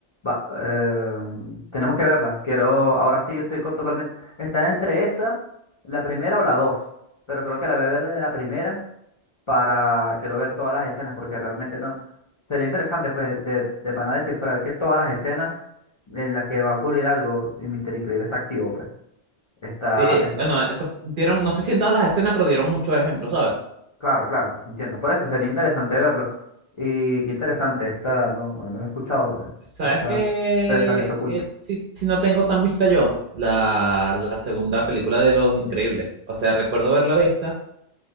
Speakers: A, on the left (about 50°); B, on the right (about 60°).
A: va- eh, tenemos que verlas. Quiero, ahora sí, estoy co- totalmente, está entre esa, la primera o la dos, pero creo que la voy a ver desde la primera para, quiero ver todas las escenas, porque realmente no, sería interesante, pues, de, de pana descifrar que todas las escenas en las que va a ocurrir algo y Mister Increíble está activo, pues. Está.
B: Sí, eh, bueno, eso, dieron, no sé si en todas las escenas, pero dieron muchos ejemplos, ¿sabes?
A: Claro, claro, entiendo. Por eso sería interesante verlo. Y qué interesante, está, no, no, no he escuchado eh,
B: ¿Sabes
A: esta,
B: qué?
A: este talento oculto.
B: qué si, si no tengo tan vista yo, la, la segunda película de Los Increíbles. O sea, recuerdo verla vista,